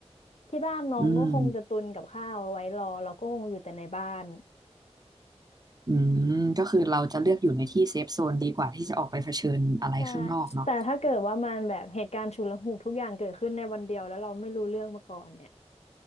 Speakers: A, on the left (about 70°); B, on the right (about 35°).
A: ที่บ้านน้องก็คงจะตุนกับข้าวเอาไว้รอเราก็คงอยู่แต่ในบ้าน
B: อืมอืมก็คือเราจะเลือกอยู่ในที่เซฟโซนดีกว่าที่จะออกไปเผชิญอะไรข้างนอกเนาะ
A: ใช่แต่ถ้าเกิดว่ามันแบบเหตุการณ์ฉุกละหุกทุกอย่างเกิดขึ้นในวันเดียวแล้วเราไม่รู้เรื่องมาก่อนเนี่ย